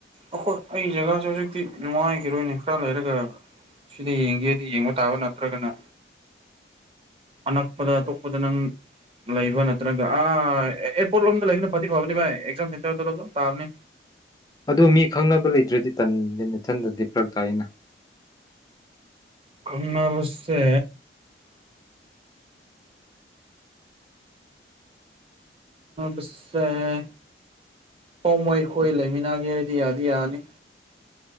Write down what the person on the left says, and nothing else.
ꯑꯗꯨ ꯃꯤ ꯈꯪꯅꯕ ꯂꯩꯇ꯭ꯔꯗꯤ ꯇꯟꯗꯤꯦꯊꯟꯗꯗꯤ ꯐꯔꯛ ꯇꯥꯏ ꯑꯩꯅ